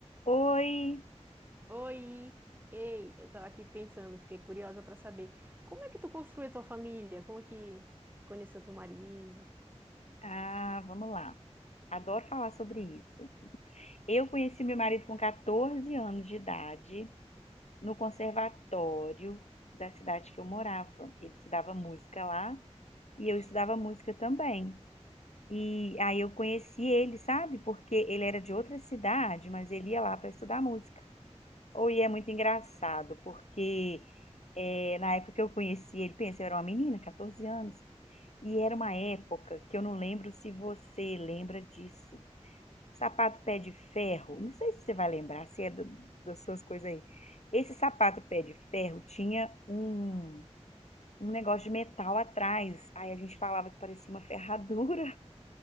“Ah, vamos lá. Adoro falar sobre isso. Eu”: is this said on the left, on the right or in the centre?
Left